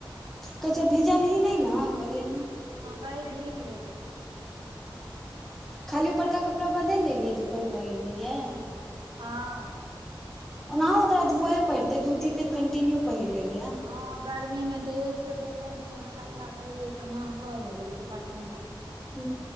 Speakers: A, in the centre; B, on the right.
A: कह‌ए छय भीजल ही नहि ने कलिय नहि
B: हँ कइ बीज गेल
A: खाली ऊपरका कपड़ा बदलि लेलियै जे पहिर कऽ गेल रहियै
B: हँ
A: ओनाहो ओकरा धोवए पड़ते दू तीन दिन कंटिन्यू पहिर लेलिये
B: हँ गर्मी मे तऽ एक से दोसर दिन अहाँ कपड़ा पहिरबै तऽ महकऽ लगैत छै पसीना
A: ह